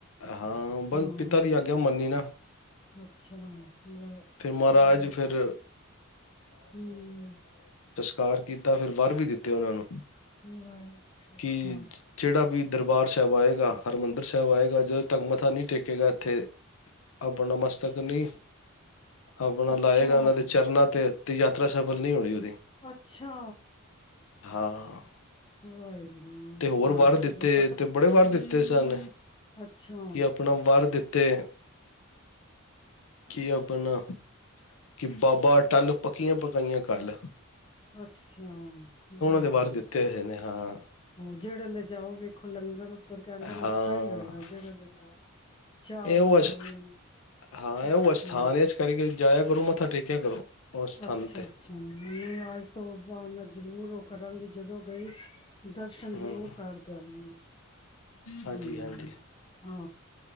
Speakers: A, on the left (about 70°); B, on the left (about 25°).
A: ਹਾਂ ਬਸ
B: ਹਾਂ
A: ਪਿਤਾ ਦੀ ਆਗਿਆ ਮੰਨੀ ਨਾ
B: ਅੱਛਾ ਵਾਹਿਗੁਰੂ,
A: ਫਿਰ ਮਹਾਰਾਜ
B: ਵਾਹਿਗੁਰੂ
A: ਫਿਰ
B: ਹੂੰ,
A: ਕਾਰ ਕੀਤਾ ਫਿਰ ਵਰ ਵੀ ਦਿੱਤੇ ਉਹਨਾਂ ਨੂੰ
B: ਵਾਹਿ ਅੱਛਾ
A: ਕਿ ਜਿਹੜਾ ਵੀ ਦਰਬਾਰ ਸਾਹਿਬ ਆਏਗਾ ਹਰਿਮੰਦਰ ਸਾਹਿਬ ਆਏਗਾ ਜਦੋਂ ਤੱਕ ਮੱਥਾ ਨਹੀਂ ਟੇਕੇਗਾ ਇੱਥੇ ਆਪਣਾ ਮਸਤਕ ਨਹੀਂ ਆਪਣਾ
B: ਅੱਛਾ,
A: ਲਾਏਗਾ ਇਹਨਾਂ ਦੇ ਚਰਨਾਂ ਤੇ ਤੇ ਯਾਤਰਾ ਸਫਲ ਨਹੀਂ ਹੋਣੀ ਉਹਦੀ
B: ਅੱਛਾ
A: ਹਾਂ
B: ਵਾਹਿਗੁਰੂ
A: ਤੇ ਹੋਰ
B: ਸ਼ਾਂਤੀ
A: ਵਰ ਦਿੱਤੇ
B: ਬਖਸ਼ੀ
A: ਤੇ ਬੜੇ ਵਰ ਦਿੱਤੇ ਸਨ
B: ਅੱਛਾ,
A: ਕਿ ਆਪਣਾ ਵਰ ਦਿੱਤੇ ਕੀ ਆਪਣਾ ਕਿ ਬਾਬਾ ਅਟੱਲ ਪੱਕੀਆਂ ਪਕਾਈਆਂ ਘੱਲ
B: ਅੱਛਾ ਵਾਹਿਗੁਰੂ
A: ਦੇ ਵਰ ਦਿੱਤੇ ਹੋਏ ਨੇ ਹਾਂ
B: ਹਾਂ ਜਿਹੜਾ ਲਿਜਾਓ ਵੇਖੋ ਲੰਗਰ ਉਧਰ ਕਹਿੰਦੇ ਲੱਗਾ
A: ਹਾਂ
B: ਹੀ ਹੋਇਆ ਜਿਹੜਾ ਲਿਜਾਓ ਚਾਹ
A: ਇਹ ਉਹ
B: ਦਾ
A: ਅਸ
B: ਲੰਗਰ
A: ਹਾਂ ਇਹ
B: ਅੱਛਾ
A: ਉਹ ਅਸਥਾਨ ਇਸ ਕਰਕੇ ਜਾਇਆ ਕਰੋ ਮੱਥਾ ਟੇਕਿਆ ਕਰੋ ਉਸ ਸਥਾਨ
B: ਅੱਛਾ
A: ਤੇ
B: ਅੱਛਾ ਨਹੀਂ ਅੱਜ ਤੋਂ ਬਾਅਦ ਮੈਂ ਜ਼ਰੂਰ ਉਹ ਕਰਾਂਗੀ ਜਦੋਂ ਗਈ ਦਰਸ਼ਨ
A: ਹਮ
B: ਜ਼ਰੂਰ ਕਰਕੇ ਆਵਾਂਗੇ।
A: ਹਾਂਜੀ
B: ਹੂੰ
A: ਹਾਂਜੀ
B: ਹਾਂ